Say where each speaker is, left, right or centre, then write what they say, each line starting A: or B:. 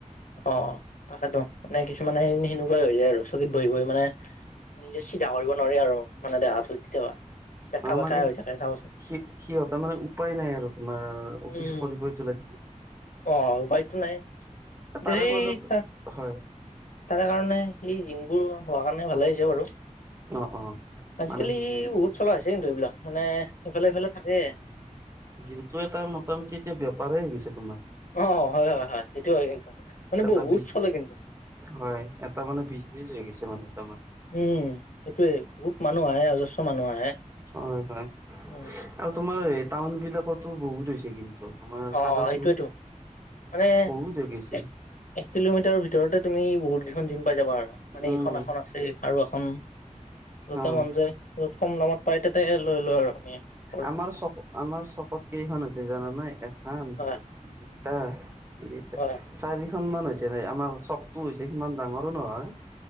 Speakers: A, on the left; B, on the right.
A: অ', তাকেতো মানে কিছুমানে সেনেকুৱাই হৈ যায় আৰু চকীত বহি বহি মানে নিজে চিধা কৰিব নোৱাৰি, আৰু মানে দেহাটো কেতিয়াবা বেকা
B: অ
A: বেকা
B: মানে
A: হৈ থাক।
B: সি সিহঁত মানে উপায় নাই, আৰু তোমাৰ অফিচ
A: উম
B: কৰিবাইটো লাগিব।
A: অ', উপায়তটো নাই।
B: তাৰে
A: দেই
B: মাজত
A: চা
B: হয়।
A: তাৰে কাৰণে সেই জিম বোৰ হোৱা কাৰণে ভালে আহি হৈছে বাৰু
B: অ অ
A: আজিকালি
B: মানে যি
A: বহুত চলা হৈছে কিন্তু এইবিলাক মানে ইফালে সিফালে থাকেই।
B: দিনটো এটা মোটামুটি এতিয়া বেপাৰেই হৈ গৈছে তোমাৰ।
A: অ', হয় হয় হয়। সেইটো হয় কিন্তু মানে
B: এটা
A: বহুত
B: বিজ
A: চলে কিন্তু।
B: হয় এটা মানে বিজনেচ হৈ গেছে মানে তমাৰ
A: উম সেটোয়ে বহুত মানুহ আহে অজস্ৰ মানুহ আহে।
B: হয় হয়।
A: উম
B: আও তোমাৰ এই টাউন বিলাকতো বহুত হৈছে কিন্তু। তোমাৰ
A: অ',
B: চাবাচোন,
A: সেইটোয়েতো মানে
B: বহুত হৈ গেইছে।
A: এক এক কিলোমিটাৰৰ ভিতৰতে তুমি বহুত কেইখন জিম পাই যাবা আৰু মানে
B: উম
A: এইখন আখন আছে আৰু এখন য'তে
B: অ
A: মন যায় যত কম দামত পায় তাতে লৈ লওঁ আৰু আমি কৰোঁ।
B: আমাৰ চক আমাৰ চকত কেইখন আছে জানা নাই এখান দুট
A: হয়,
B: জোতা <unintelligible>
A: হয়।
B: চাৰিখনমান হৈছে নাই আমাৰ চকটো হৈছে সিমান ডাঙৰো নহয়।